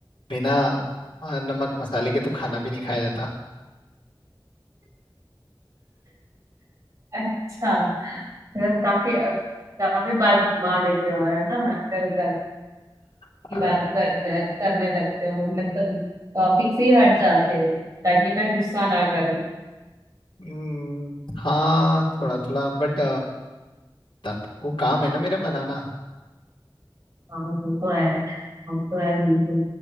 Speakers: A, on the left; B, on the right.
A: बिना अ, नमक मसाले के तो खाना भी नहीं खाया जाता
B: अच्छा मतलब काफी काफी बात घुमा देते हो है ना इधर उधर
A: अ,
B: की बात करते करने लगते हो मतलब टॉपिक से ही हट जाते हो ताकि मैं गुस्सा ना करूं
A: हम्म, हाँ थोड़ा थोड़ा बट तब वो काम है ना मेरा बनाना
B: हाँ वो तो है वो तो है बिल्कुल